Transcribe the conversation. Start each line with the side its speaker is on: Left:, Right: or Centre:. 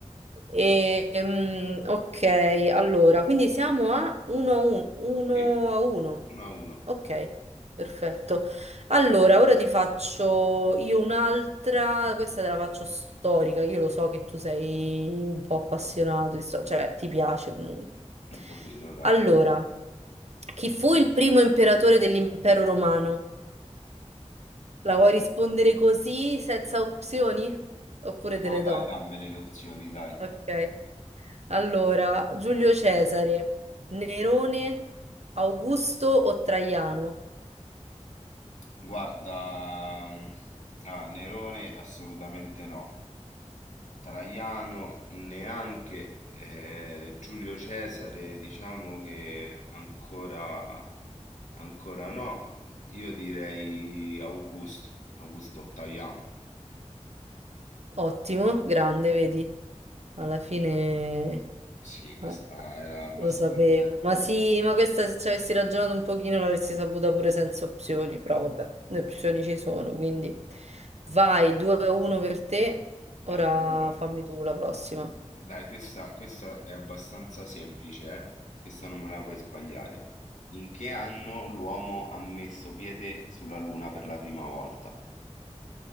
Right: E, ehm, ok, allora, quindi siamo a 1 a
Left: Sì,
Right: 1.
Left: 1 a 1,
Right: Ok, perfetto. Allora, ora ti faccio io un'altra, questa te la faccio storica, io lo so che tu sei un po' appassionato, di sto- cioè ti piace comunque.
Left: un pochino, dai.
Right: Allora, chi fu il primo imperatore dell'impero romano? La vuoi rispondere così, senza opzioni? Oppure
Left: No,
Right: te le
Left: dai,
Right: do?
Left: dammele le opzioni, dai.
Right: Ok. Allora, Giulio Cesare, Nerone, Augusto o Traiano?
Left: Guarda, mm, ah, Nerone assolutamente no. Traiano neanche, eh, Giulio Cesare diciamo che ancora, ancora no, io direi Augusto, Augusto Ottaviano,
Right: Ottimo, grande, vedi? Alla fine
Left: sì questa
Right: eh,
Left: era abbastanza...
Right: lo sapevo.
Left: cioè,
Right: Ma
Left: com-
Right: sì, ma questa se ci avessi ragionato un pochino l'avresti saputa pure senza opzioni, però vabbè, le opzioni ci sono, quindi vai, 2-1 per te. Ora
Left: Allora,
Right: fammi tu la prossima.
Left: dai questa, questa è abbastanza semplice, eh? Questa non me la puoi sbagliare. In che anno l'uomo ha messo piede sulla Luna per la prima volta?